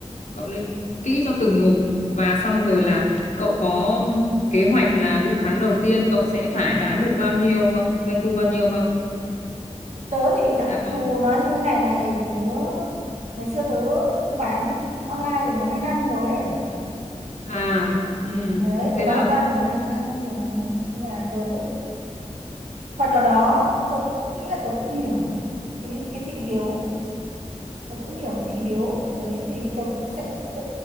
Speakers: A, on the left (about 80°); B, on the right (about 70°).
A: cậu lên kỹ cho từng mục và xong rồi là cậu có kế hoạch là ví dụ tháng đầu tiên cậu sẽ phải bán được bao nhiêu không doanh thu bao nhiêu không
B: tớ thì đặc
A: đã có
B: thù nó như thế này này tớ ngày xưa tớ cũng bán online được một hai năm rồi ấy.
A: à ừ
B: đấy
A: thế
B: tớ bán
A: là
B: online được một hai năm rồi nhưng mà tớ cũng phần nào đó tớ cũng nghĩ là tớ cũng hiểu cái cái thị hiếu tớ cũng hiểu cái thị hiếu đấy thì tớ cũng sẽ tớ,